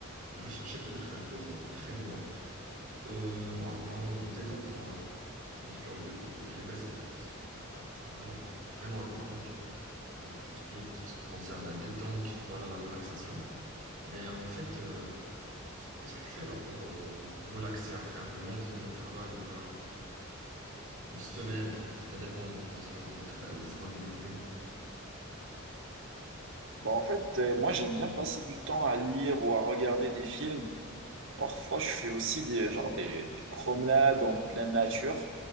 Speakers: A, on the right (about 40°); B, on the right (about 60°).
A: je vais chercher peut-être un cours euh, près de moi. Euh, ben, en parlant de détente, là, bien sûr, le la yoga, c'est c'est- ça, ça vraiment, vraiment importante. Euh, tout ce qui est, ce qui concerne la détente, voilà, la relaxation. Mais en fait, euh, qu'est-ce que tu fais là pour euh, genre, relaxer après une longue journée de travail ou bien Une semaine, bah, ça dépend bien sûr de votre euh, disponibilité.
B: Bah en fait, euh, moi j'aime bien passer du temps à lire ou à regarder des films. Parfois, je fais aussi des, genre des, des promenades en pleine nature